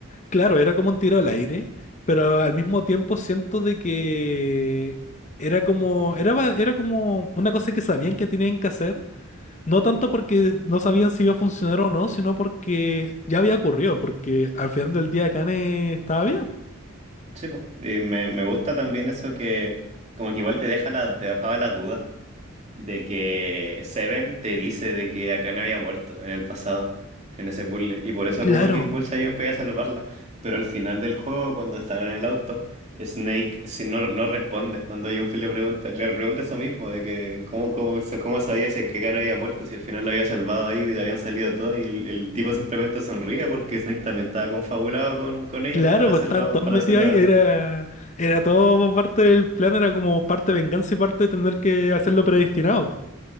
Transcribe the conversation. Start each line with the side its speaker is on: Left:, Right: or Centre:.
Left: Claro, era como un tiro al aire, pero al mismo tiempo siento de que era como, era, ba- era como una cosa que sabían que tenían que hacer, no tanto porque no sabían si iba a funcionar o no, sino porque ya había ocurrido, porque al final del día Kane estaba vivo.
Right: Sí, pues. Y me, me gusta también eso que como que igual te deja la, te dejaba la duda de que Seven te dice de que Akane había muerto en el pasado, en ese puzzle, y por eso
Left: Claro,
Right: como que impulsa a Junpei a salvarla, pero al final del juego, cuando están en el auto, Snake si no, no responde cuando Junpei le pregunta, le pregunta eso mismo, de que cómo, cómo, sa- cómo sabía si que Akane había muerto, si al final lo había salvado ahí y habían salido todos, y el, el tipo simplemente sonríe porque Snake también estaba confabulado con, con ellos
Left: claro,
Right: para
Left: pues
Right: hacerlo,
Left: estaban todos
Right: para
Left: metidos
Right: hacer la
Left: ahí,
Right: verdad.
Left: era, era todo parte del plan, era como parte venganza y parte de tener que hacerlo predestinado.